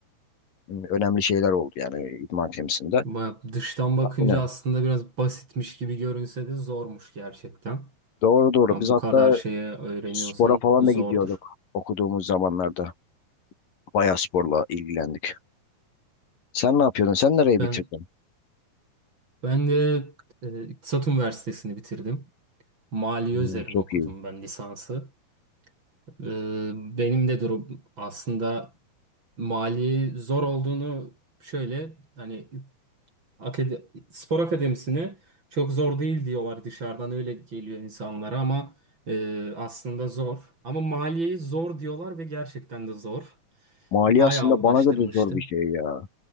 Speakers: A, on the left (about 60°); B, on the right (about 30°).
A: e, önemli şeyler oldu yani idman temsilinde.
B: Ba- Dıştan bakınca
A: Aynen.
B: aslında biraz basitmiş gibi görünse de zormuş gerçekten.
A: Doğru doğru.
B: Ama
A: Biz
B: bu
A: hatta
B: kadar şeye öğreniyorsan
A: spora falan
B: zordur.
A: da gidiyorduk okuduğumuz zamanlarda. Bayağı sporla ilgilendik. Sen ne yapıyordun? Sen nereyi
B: Ben
A: bitirdin?
B: ben de e, İktisat Üniversitesi'ni bitirdim. Maliye
A: Hmm,
B: üzerine
A: çok
B: okudum
A: iyi.
B: ben lisansı. E, benim de durum aslında mali zor olduğunu şöyle hani Akade- spor akademisini çok zor değil diyorlar dışarıdan öyle geliyor insanlara ama e, aslında zor. Ama maliyeyi zor diyorlar ve gerçekten de zor.
A: Mali
B: Bayağı
A: aslında
B: uğraştırmıştı.
A: bana göre zor bir şey ya.